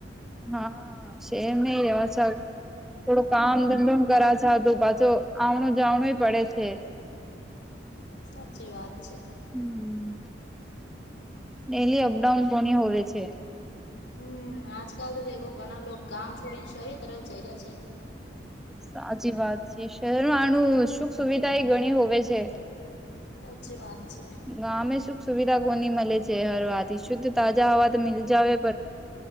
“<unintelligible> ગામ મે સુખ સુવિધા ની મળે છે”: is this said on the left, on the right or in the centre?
Centre